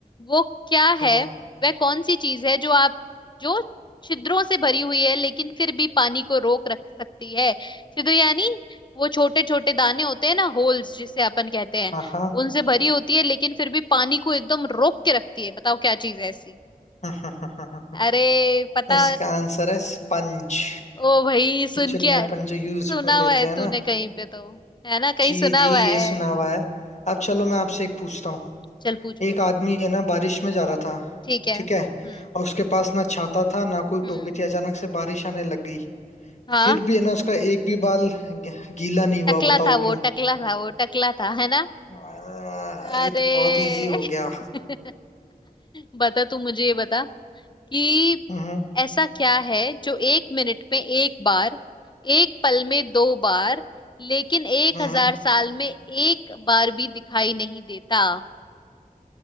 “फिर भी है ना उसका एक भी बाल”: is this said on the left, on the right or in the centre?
Left